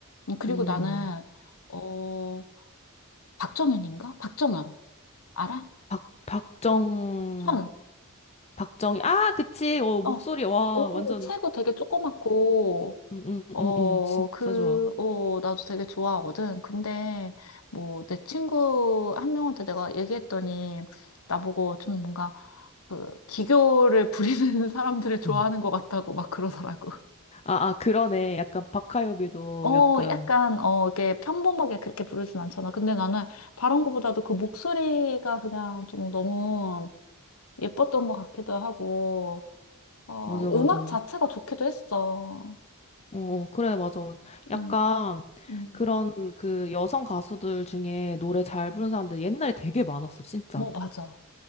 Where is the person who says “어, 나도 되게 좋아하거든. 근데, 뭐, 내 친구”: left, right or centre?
Left